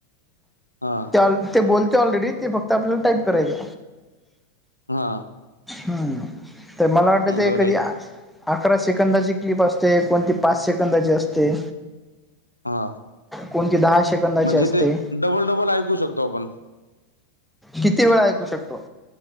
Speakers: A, on the left; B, in the centre.
A: हां <inaudible>
B: ते बोलते ऑलरेडी ते फक्त आपल्याला टाईप करायच
A: हा
B: हम्म तर मला वाटत ते
A: बरं
B: कधी
A: आहे
B: अकरा सेकंदाची क्लिप असते कोणती पाच सेकंदाची असते.
A: हा.
B: कोणती दहा सेकंदाची
A: म्हणजे
B: असते.
A: ते डबल डबल ऐकू शकतो आपण.
B: किती वेळा ऐकू शकतो?